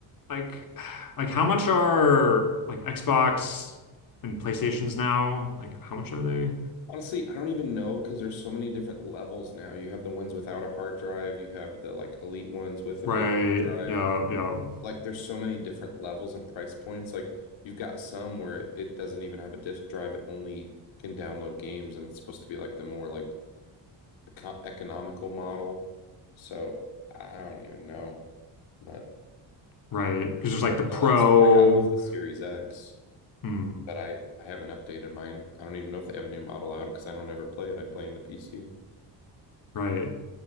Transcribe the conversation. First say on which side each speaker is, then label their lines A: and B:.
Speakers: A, on the left (about 50°); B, on the left (about 85°).
A: like, like how much are like Xbox and PlayStations now? Like, how much are they?
B: Honestly, I don't even know because there's so many different levels now. You have the ones without a hard drive, you have the like elite ones with a
A: Right.
B: big hard drive.
A: Yeah. Yeah.
B: like there's so many different levels and price points. Like you've got some where it, doesn't even have a disk drive, it only can download games, and it's supposed to be like the more like eco economical model. So I don't even know. But I
A: Right. Because there's like
B: mean,
A: the Pro.
B: the last one I got was the Series X,
A: Hmm.
B: but I I haven't updated mine. I don't even know if they have a new model out because I don't ever play it. I play in the PC.
A: Right.